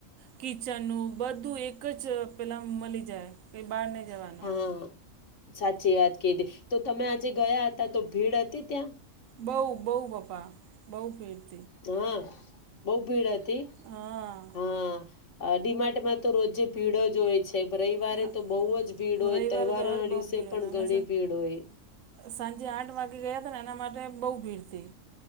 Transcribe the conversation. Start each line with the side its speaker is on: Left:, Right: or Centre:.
Right: કિચન નું બધું એક જ પેલા મળી જાય બાર ને જવાનું
Left: હા સાચી વાત કીધી તો તમે આજે ગયા હતા તો ભીડ હતી ત્યાં
Right: બહું બહું પપ્પા બહુ ભીટ
Left: હમ બહુ ભીડ હતી તે
Right: હા
Left: હા ડીમાટમાં તો રોજે પીડો <inaudible> છે રવિવારે
Right: હા
Left: તો બહુ જ ભીડ હોય
Right: રવિવારે
Left: તહેવારોના
Right: તો ઓર બહુ
Left: દિવસે
Right: ભીડ
Left: પણ
Right: હતી અમે
Left: ઘણી ભીડ હોય
Right: સાંજે આઠ વાગે ગયા એના માટે બહુ ભીડતી